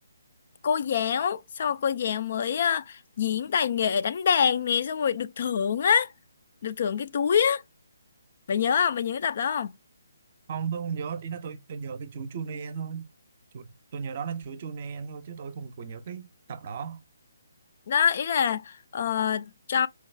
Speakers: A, on the left; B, on the right.
A: cô giáo xong rồi cô giáo mới à, diễn tài nghệ đánh đàn nè xong rồi được thưởng á được thưởng cái túi á bạn nhớ không bạn nhớ cái tập đó không
B: không tôi không nhớ ý là tôi tôi nhớ cái chú Chune thôi chú, tôi nhớ đó là chú Chune thôi chứ tôi không có nhớ cái tập đó
A: đó ý là ờ, cho